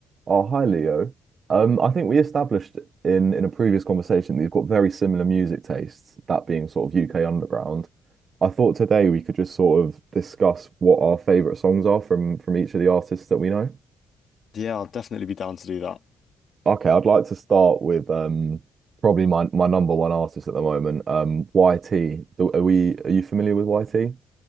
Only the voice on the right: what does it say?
Oh, hi Leo. Um, I think we established in in a previous conversation that you've got very similar music tastes, that being sort of UK underground. I thought today we could just sort of discuss what our favorite songs are from from each of the artists that we know.
Okay, I'd like to start with um probably my my number one artist at the moment, um YT. Do- Are we are you familiar with YT?